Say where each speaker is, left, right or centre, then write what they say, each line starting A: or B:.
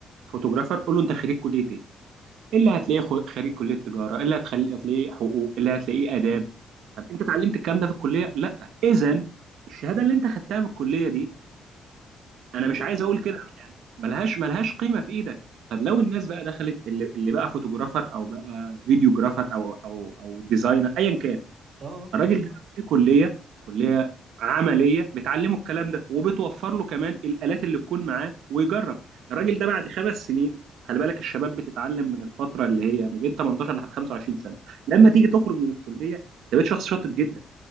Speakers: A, on the right; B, on the right.
A: فوتوجرافر قول له انت خريج كليه ايه اللي هتلاقيه خو- خريج كليه تجاره اللي هتخلي هتلاقيه حقوق اللي هتلاقيه اداب طب انت اتعلمت الكلام ده في الكليه لا اذا الشهاده اللي انت خدتها من الكليه دي انا
B: ما
A: مش
B: تنفعش
A: عايز اقول كده يعني ملهاش ملهاش قيمه في ايدك طب لو الناس بقى دخلت اللي, اللي بقى فوتوجرافر او بقى فيديوجرافر او او او ديزاينر ايا كان
B: اه
A: الراجل ده لو في كليه كليه عمليه بتعلمه الكلام ده وبتوفر له كمان الالات اللي تكون معاه ويجرب الراجل ده بعد خمس سنين خلي بالك الشباب بتتعلم من الفتره اللي هي ما بين 18 لحد 25 سنه لما تيجي تخرج من الكليه انت بقيت شخص شاطر جدا